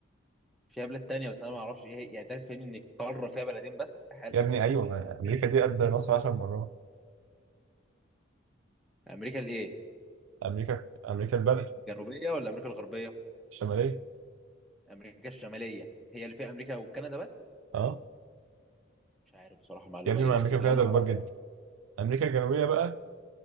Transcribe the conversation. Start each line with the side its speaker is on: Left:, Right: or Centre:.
Centre: فيها بلاد تانية بس انا ما اعرفش ايه هي يعني انت عايز تفهمني ان القاره فيها بلدين بس استحاله
Right: يا ابني ايوه ما امريكا دي قد مصر 10 مرات
Centre: امريكا الايه
Right: امريكا امريكا البلد
Centre: الجنوبيه ولا امريكا الغربيه
Right: الشماليه
Centre: امريكا الشماليه هي اللي فيها امريكا وكندا بس
Right: اه
Centre: مش عارف بصراحه المعلومه
Right: يا ابني
Centre: دي
Right: ما
Centre: بس
Right: امريكا
Centre: اللي
Right: وكندا
Centre: انا اعرفه
Right: كبار جدا امريكا الجنوبيه بقى